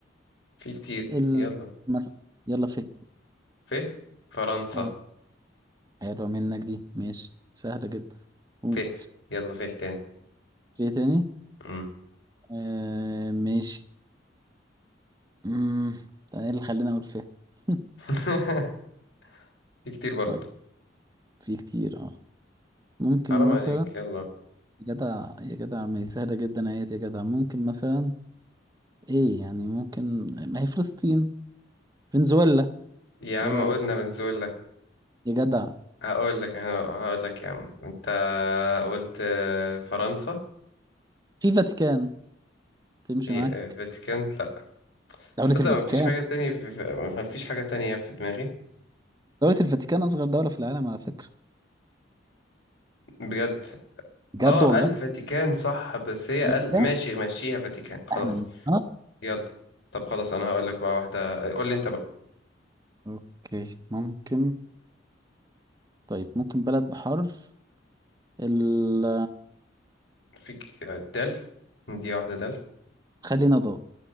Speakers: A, on the left; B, on the right.
A: في كتير
B: ال
A: يلا
B: مثلا يلا في
A: فيه فرنسا
B: اه حلوة منك دي ماشي سهلة جدا قول.
A: فيه يلا فيه تاني
B: في إيه تاني
A: مم.
B: آه ماشي مم. ده ايه اللي خلاني اقول فيه <laughs>
A: <laughs> في كتير برضو
B: طيب في كتير اه ممكن
A: حرام
B: مثلا
A: عليك يلا
B: يا جدع يا جدع ما هي سهلة جدا اهيت يا جدع ممكن مثلا ايه يعني ممكن ما هي فلسطين فنزويلا
A: يا عم
B: ايه رأيك
A: قلنا فنزويلا
B: يا جدع
A: هقول لك هقول لك يا عم انت قلت آه، فرنسا
B: في فاتيكان تمشي
A: هي
B: معاك
A: آه، فاتيكان لا
B: دولة
A: تصدق
B: الفاتيكان
A: ما فيش حاجة تانية في في- ما فيش حاجة تانية في دماغي
B: دولة الفاتيكان أصغر دولة في العالم على فكرة
A: بجد
B: بجد
A: اه
B: والله
A: الفاتيكان صح بس هي
B: الفاتيكان
A: ال ماشي مشيها فاتيكان خلاص
B: احنا بن- اه
A: يلا طب خلاص انا هقول لك بقى واحدة قول لي انت
B: اوكي ممكن طيب ممكن بلد بحرف ال
A: في ك- دال دي واحدة دال
B: خلينا ضاد